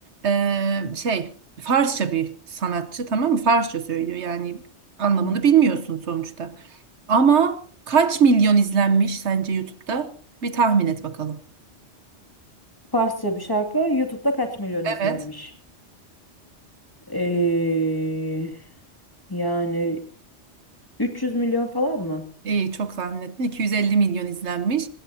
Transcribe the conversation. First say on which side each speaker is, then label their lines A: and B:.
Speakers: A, on the right; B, on the left.
A: Eee, şey Farsça bir sanatçı tamam mı? Farsça söylüyor yani anlamını
B: Hı.
A: bilmiyorsun sonuçta. Ama kaç milyon izlenmiş sence YouTube'da? Bir tahmin et bakalım.
B: Farsça bir şarkı. YouTube'da kaç milyon
A: Evet.
B: izlenmiş? Ee, yani 300 milyon falan mı?
A: İyi çok tahmin ettin. 250 milyon izlenmiş